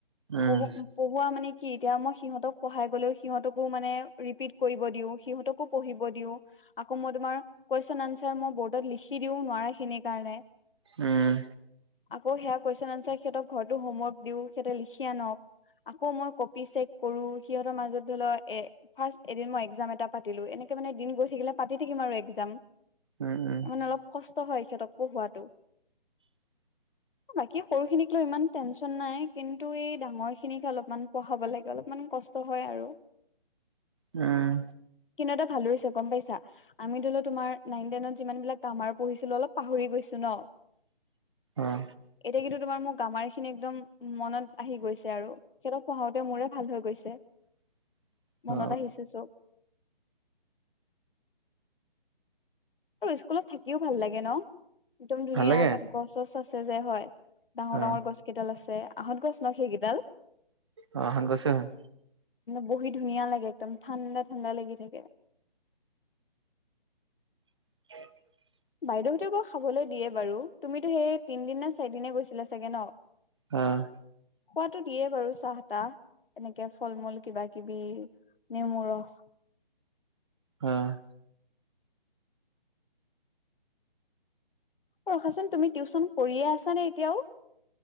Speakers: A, on the right; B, on the left.
A: উম
B: <unintelligible> পঢ়োৱা মানে কি এতিয়া মই সিহঁতক পঢ়াই গ'লেও সিহঁতকো মানে ৰিপিট কৰিব দিওঁ, সিহঁতকো পঢ়িব দিওঁ। আকৌ, মই তোমাৰ কুৱেশন আনচাৰ মই বৰ্ডত লিখি দিও নোৱাৰা খিনিৰ কাৰণে।
A: উম।
B: আকৌ, সেয়া কুৱেশন এনচাৰ সিহতক ঘৰতো হোমৱৰ্ক দিও সিহঁতে লিখি আনক। আকৌ, মই কপি চেক কৰো সিহঁতৰ মাজত ধৰি লওক এ ফাষ্ট এদিন মই এক্সাম এটা পাতিলো এনেকে মানে দিন গৈ থাকিলে পাতি থাকিম আৰু এক্সাম।
A: উম, উম।
B: মানে অলপ কষ্ট হয় সিহঁতক পঢ়োৱাটো।
A: <inaudible>
B: বাকী সৰুখিনিক লয় ইমান টেনচন নাই? কিন্তু, এই ডাঙৰ খিনিকে অলপমান পঢ়াব লাগে অলপমান কষ্ট হয় আৰু।
A: উম।
B: কিন্তু এটা ভালো হৈছে গ'ম পাইছা। আমি ধৰিলও তোমাৰ নাইন টেনত যিমান বিলাক গ্ৰামাৰ পঢ়িছিলো অলপ পাহৰি গৈছোঁ ন।
A: অ'।
B: এতিয়া কিন্তু তোমাৰ মোক গ্ৰামাৰখিনি একদম মনত আহি গৈছে আৰু। সিহঁতক পঢাওঁতে মোৰে ভাল হৈ গৈছে।
A: <inaudible>
B: মনত
A: অ অ
B: আহিছে চব। আৰু স্কুলত থাকিও ভাল লাগে ন? একদম ধুনীয়া
A: ভাল লাগে
B: তাত গছ চছ আছে যে হয়। ডাঙৰ
A: অ
B: ডাঙৰ গছ কেইডাল আছে। আহঁত গছ ন সেইকেইডাল?
A: অ আহত গছে হয়।
B: বহি ধুনীয়া লাগে একদম ঠাণ্ডা ঠাণ্ডা লাগি থাকে।
A: <unintelligible>
B: বাইদেউহতে বাও খাবলে দিয়ে বাৰু, তুমিতো সেই তিনদিন নে চাৰিদিনে গৈছিলা চাগে ন?
A: অ'।
B: খোৱাতো দিয়ে বাৰু চাহ, তাহ। এনেকে ফল মূল কিবা কিবি, নেমু ৰস।
A: অ'।
B: অ ৰখা চোন তুমি টিউচন কৰিয়ে আছা নে এতিয়াও?